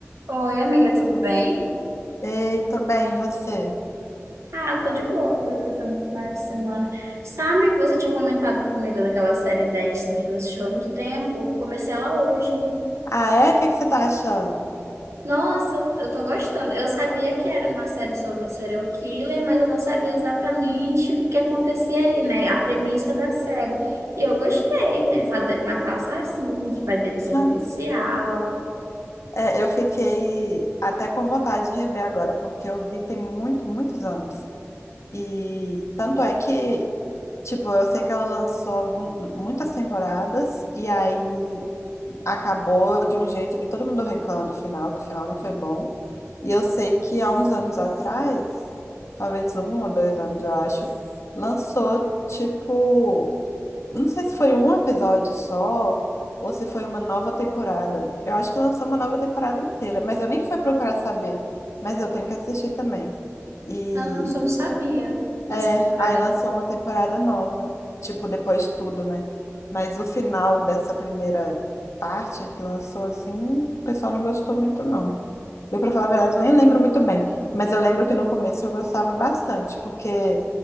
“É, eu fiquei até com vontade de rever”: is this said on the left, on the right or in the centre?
Left